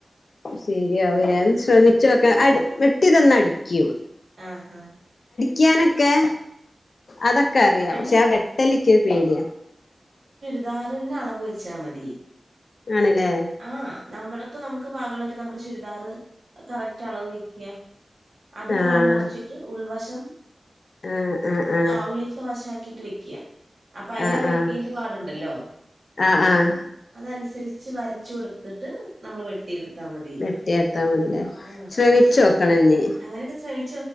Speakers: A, on the left; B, on the right.
A: ശരിയാവും ലെ ഒന്ന് ശ്രമിച്ചോക്ക അ വെട്ടി തന്നാ അടിക്കും
B: ആ ആ
A: ക്യാനൊക്കെ അതൊക്കെ അറിയാം
B: അയിന്
A: പക്ഷെ ആ വെട്ടലിക്യോരു പേടിയ
B: ഉദാരണ അളവ് വെച്ചാ മതി
A: ആണല്ലേ
B: ആ നമ്മള് പ്പോ നമുക്ക് പാകള്ളോരു നമ്മുടെ ചുരിദാറ് കറക്റ്റ് അളവ് വെക്യാ അത്
A: ആഹ്
B: പോറം മറിച്ചിട്ട് ഉൾവശം
A: ആഹ് ആഹ് ആഹ്
B: ആ ഉള്ളിൾത്തെ വശാക്കി ത്ത് വെക്യാ അപ്പാ ഐലാ
A: ആഹ്
B: വെട്ടിയന്റെ
A: ആഹ്
B: പാട്ണ്ടല്ലോ
A: ആഹ് ആഹ്
B: അതനുസരി ച്ച് വരച്ച് കൊടുത്തിട്ട് നമ്മൾ ട്ടി യടുത്താ മതി
A: വെട്ടിയാട്ടാ മതില്ലേ
B: ആ
A: ശ്രമിച്ചോക്കണഞ്ഞി
B: അങ്ങനെയൊക്കെ ചെ